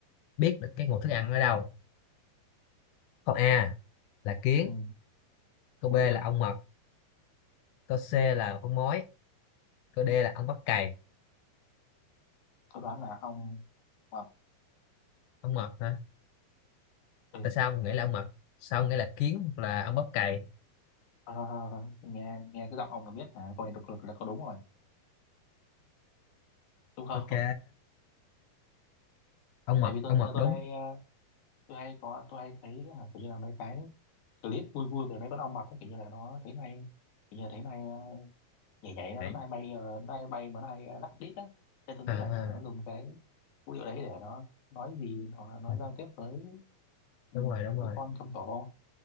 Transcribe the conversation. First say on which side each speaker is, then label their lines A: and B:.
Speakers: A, on the left; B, on the left.
A: biết được cái nguồn thức ăn ở đâu câu A là kiến
B: ừ.
A: câu
B: vũ
A: B là
B: điệu
A: ong mật câu C là con mối câu D là ong bắp cày
B: tôi đoán là ông mập
A: ong mật hả
B: ừ. thôi,
A: tại sao ông nghĩ là ong mật sao ông nghĩ là kiến hoặc là ong bắp cày
B: thôi, thôi, thôi. nghe nghe cái giọng ông là biết hả câu này độc lực là có đúng rồi đúng không
A: ok
B: <laughs>
A: ong mật
B: tại vì tôi
A: ong mật
B: tôi
A: đúng
B: hay ờ, tôi hay có tôi hay thấy hả, kiểu như là mấy cái clip vui vui về mấy con ong mập ấy, kiểu như là nó thấy này kiểu như là thấy này nhảy nhảy nó,
A: Đấy.
B: nó hay bay ờ, nó hay bay mà nó hay ờ, lắc đít á nên tôi
A: à,
B: nghĩ là chắc
A: à.
B: là nó dùng cái vũ điệu đấy để nó nói gì hoặc là nó
A: Ừ,
B: giao tiếp với ừ,
A: đúng rồi đúng rồi
B: với con trong tổ